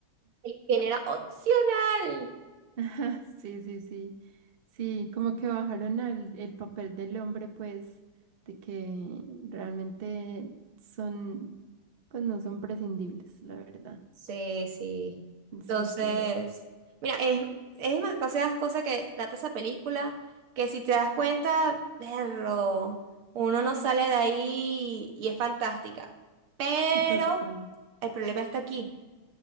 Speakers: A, on the right; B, on the right.
A: El Ken era opcional.
B: <laughs> Sí, sí, sí. Sí, como que bajaron al, el papel del hombre, pues, de que realmente son, pues no son prescindibles, la verdad.
A: Sí, sí. Entonces,
B: Súper.
A: mira, es, es demasiadas cosas que trata esa película, que si te das cuenta, perro, uno no sale de ahí y es fantástica. Pero
B: Total.
A: el problema está aquí.